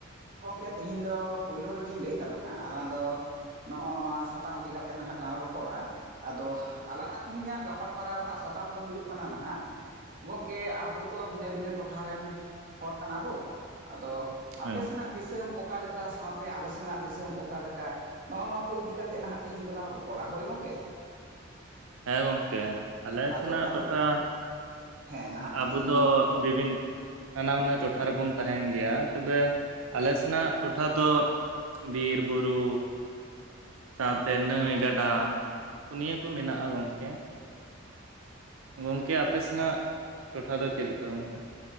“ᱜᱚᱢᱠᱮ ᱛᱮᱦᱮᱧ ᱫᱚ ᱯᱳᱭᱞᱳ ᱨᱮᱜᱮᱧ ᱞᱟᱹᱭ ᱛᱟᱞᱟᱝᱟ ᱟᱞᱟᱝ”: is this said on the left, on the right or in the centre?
Right